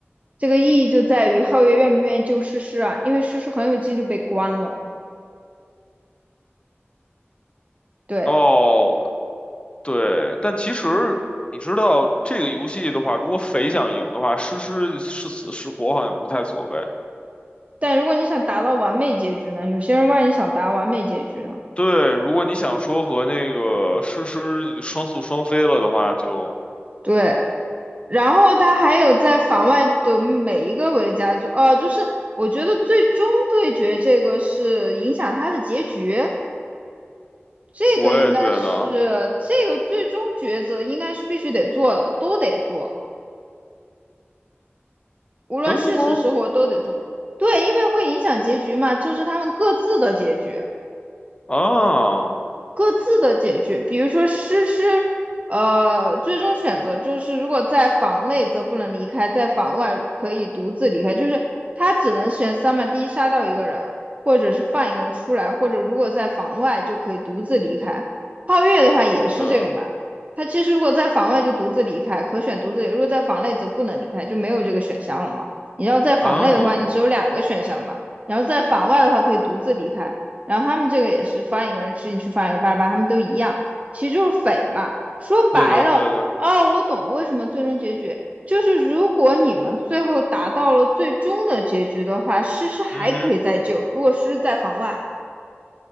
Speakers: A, on the right; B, on the left.
A: 这个意义就在于皓月愿不愿意救诗诗啊，因为诗诗很有几率被关了。对，
B: 哦，对，但其实你知道这个游戏的话，如果匪想赢的话，诗诗是死是活好像无太所谓。
A: 但如果你想达到完美结局呢？有些人万一想达完美结局呢？
B: 对，如果你想说和那个诗诗双宿双飞了的话，就
A: 对，然后他还有在房外的每一个维加就呃，就是我觉得最终对决这个是影响他的结局。这个应该是
B: 我也觉得
A: 这个最终抉择，应该是必须得做的，都得做，无论是死是活都得做。
B: 真的吗？
A: 对，因为会影响结局嘛，这是他们各自的结局。
B: 啊，
A: 各自的解决。比如说诗诗，呃，最终选择就是如果在房内则不能离开，在房外可以独自离开，就是他只能选三嘛，第一杀掉一个人，或者是放一个人出来，或者如果在房外就可以独自离开。皓月的话也是这个嘛，
B: 对
A: 他其实如果在房外就独自离开，可选独自离如果在房内则不能离开，就没有这个选项了嘛。你要在房内的话，
B: 啊，
A: 你只有两个选项嘛。你要在房外的话，可以独自离开。然后他们这个也是放一个人去进去，放一个八拉巴拉他们都一样，其实就是匪嘛。说白了，
B: 对的对的，
A: 哦，我懂了，为什么最终结局就是如果你们最后达到了最终的结局的话，诗诗还可以再救，
B: 嗯哼，
A: 如果诗诗在房外，